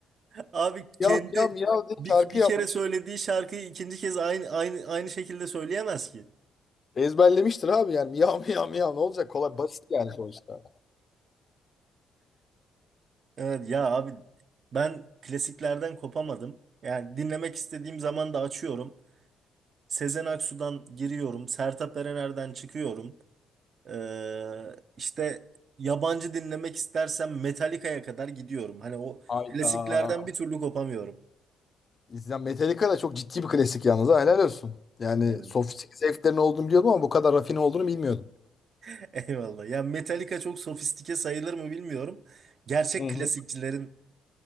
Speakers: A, on the right; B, on the left.
A: Abi
B: Miyav
A: kendi
B: miyav miyav diye
A: bir,
B: şarkı
A: bir
B: yapmış.
A: kere söylediği şarkıyı ikinci kez aynı aynı aynı şekilde söyleyemez ki.
B: Ezberlemiştir abi yani miyav miyav miyav ne olacak kolay basit yani sonuçta.
A: Evet ya abi ben klasiklerden kopamadım. Yani dinlemek istediğim zaman da açıyorum. Sezen Aksu'dan giriyorum. Sertab Erener'den çıkıyorum. Ee, işte yabancı dinlemek istersem Metallica'ya kadar gidiyorum. Hani o
B: Hayda.
A: klasiklerden bir türlü kopamıyorum.
B: Ya Metallica da çok ciddi bir klasik yalnız ha helal olsun. Yani
A: Aynen.
B: sofistik zevklerin olduğunu biliyordum ama bu kadar rafine olduğunu bilmiyordum.
A: <laughs> Eyvallah. Ya Metallica çok sofistike sayılır mı bilmiyorum. Gerçek
B: Hı
A: klasikçilerin
B: hı.